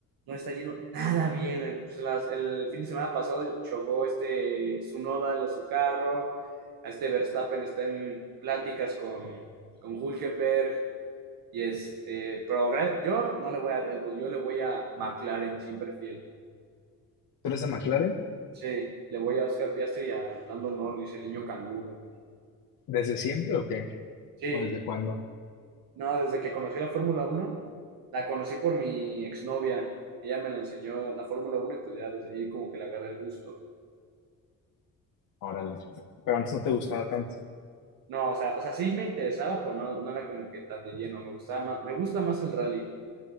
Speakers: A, on the right; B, on the left.
A: No está yendo nada bien. El, pues, las- el fin de semana pasado chocó este Tsunoda, lo- su carro, a este Verstappen está en pláticas con, con Hülkenberg. Y este, pero gra- yo no le voy a Red Bull, yo le voy a McLaren, siempre fiel.
B: ¿Tú eres de McLaren?
A: Sí, le voy a Oscar Piastri y a Lando Norris, el niño canguro.
B: ¿Desde siempre o qué?
A: Sí,
B: ¿O desde cuándo?
A: no, desde que conocí la Fórmula Uno la conocí por mi exnovia. Ella me la enseñó la Fórmula Uno y pues ya desde ahí como que le agarré el gusto.
B: Órale. Pero antes no te gustaba tanto.
A: No, o sea, o sea, sí me interesaba, pero no, no era como que tan de lleno. Me gustaba más, me gusta más el rally